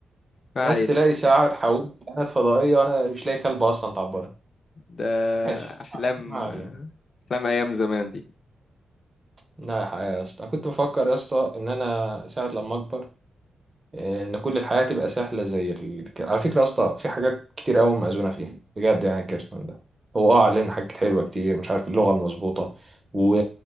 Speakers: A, on the left; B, on the right.
A: ما
B: ناس
A: علينا
B: تلاقي ساعه تحولني كائنات فضائيه وانا مش لاقي كلب اصلا تعبرني
A: ده
B: ماشي
A: أحلام
B: ما علينا
A: آه، أحلام أيام زمان دي
B: لا يا اسطى كنت بفكر يا اسطى ان انا ساعه لما اكبر ان كل الحياه تبقى سهله زي ال... على فكره يا اسطى في حاجات كتير قوي موزونه فيها بجد يعني الكرتون ده هو اه علينا حاجات حلوه كتير مش عارف اللغه المظبوطه و...